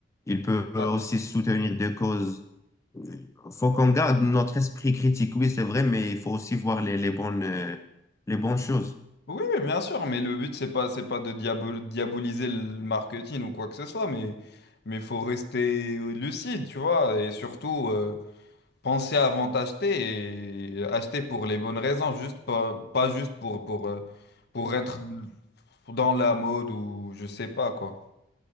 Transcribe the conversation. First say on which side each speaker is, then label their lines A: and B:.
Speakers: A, on the left; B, on the left.
A: Il peut aussi
B: Ah,
A: soutenir des causes. Faut qu'on garde notre esprit critique, oui, c'est vrai, mais il faut aussi voir les, les bonnes, euh, les bonnes choses.
B: Oui, mais bien sûr, mais le but, c'est pas, c'est pas de diabo- diaboliser le marketing ou quoi que ce soit, mais mais faut rester lucide, tu vois, et surtout... euh, Pensez avant d'acheter et acheter pour les bonnes raisons, juste pas, pas juste pour, pour, euh, pour être dans la mode ou je sais pas quoi.